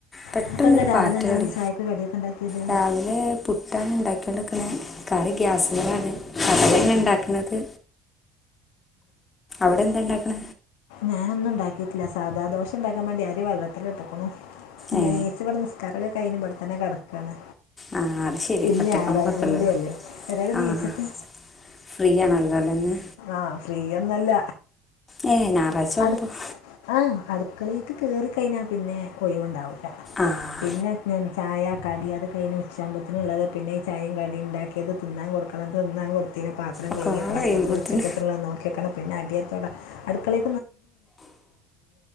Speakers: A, on the left (about 30°); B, on the left (about 75°).
A: പെട്ടന്നരു
B: എന്നിട്ടെന്താ രാവിലെ
A: പാറ്റടി
B: എന്താ ഇനി ചായക്ക് കടിയൊക്കെ ഉണ്ടാക്കിയത്
A: രാവിലെ പുട്ടാണ് ഉണ്ടാക്കി ക്കുന്ന കറി ഗ്യാസുകളാണ് കടലങ്ങെ ഉണ്ടാക്കുന്നത് അവിടെ എന്തണ്ടാക്കണ
B: ഞാനൊന്നും ഉണ്ടാക്കീട്ടില്ല സാധാ ദോശ ഉണ്ടാക്കാൻ വേണ്ടി അരി വെള്ളത്തില്ട്ടുക്കുണു
A: ഏ
B: നീച്ച് ഇവടെ നിസ്കാര ഉക്കെ കഴിഞ്ഞ് ഇവിടെത്തന്നെ കിടക്കാണ്
A: ആ അത് ശരി
B: ഇന്ന്
A: ഒറ്റക്കാകുമ്പോൾ
B: ഞായറാഴ്ചയും
A: കുഴപ്പമില്ലല്ലോ
B: കൂടിയല്ലേ ഏതായാലും
A: ആ
B: നീച്ച ട്ടേ
A: ഫ്രീ ആണല്ലോ അല്ലേ ഇന്ന്
B: ആഹ് ഫ്രീയൊന്നല്ല
A: ഏ ഞായറാഴ്ച
B: അടു
A: ആകുമ്പോൾ
B: ആഹ് അടുക്കളേക്ക് കേറി കഴിഞ്ഞാ പിന്നെ ഒയിവുണ്ടാവൂല്ല
A: ആ
B: പിന്നെ ഞാൻ ചായ കടി അത് കഴിഞ്ഞു ഉച്ചാവ്മ്പോത്തിന് ഉള്ളത് പിന്നെ ഈ ചായയും കടി ഇണ്ടാക്കിയത് തിന്നാൻ കൊടുക്കണത് തിന്ന അത് കൊട് തീനെ പാത്രം
A: ഒക്കെ
B: കഴികിയേക്കണം
A: പാടെ കഴിയുമ്പോത്തിന്
B: അപ്പോത്തിന് ഉച്ചക്കത്തിനുള്ള നോക്കിയക്കണം പിന്നെ അടിയെ തൊട അടുക്കളെ